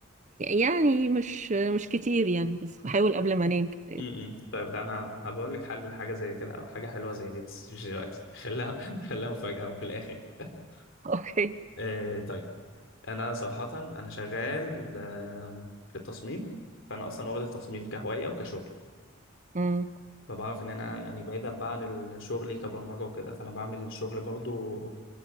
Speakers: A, on the right; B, on the left.
A: يعني مش مش كتير يعني بس بحاول قبل ما انام كده يعني.
B: امم طيب ده انا هبقول لك حل لحاجة زي كده او حاجة حلوة زي دي بس مش دلوقتي <laughs> خليها خليها مفاجأة وفي الاخر كده <laughs>
A: <laughs> اوكي
B: آه، طيب انا صراحة انا شغال آه، في التصميم فانا اصلا واخد التصميم كهواية وكشغل
A: امم
B: فبعرف ان انا يعني بعيدا بقى عن ال- شغلي كبرمجه وكده فانا بعمل الشغل برضو